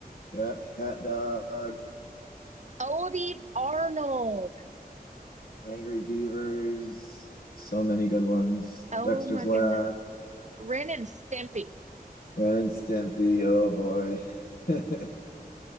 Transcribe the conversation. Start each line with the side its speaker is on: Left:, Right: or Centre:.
Left: yeah, Cat Dog,
Right: Odie Arnold.
Left: Angry Beavers, so many good ones.
Right: Oh
Left: Dexter's
Right: my
Left: Lab,
Right: goodness. Ren and Stimpy
Left: Ren and Stimpy, oh boy. <laughs>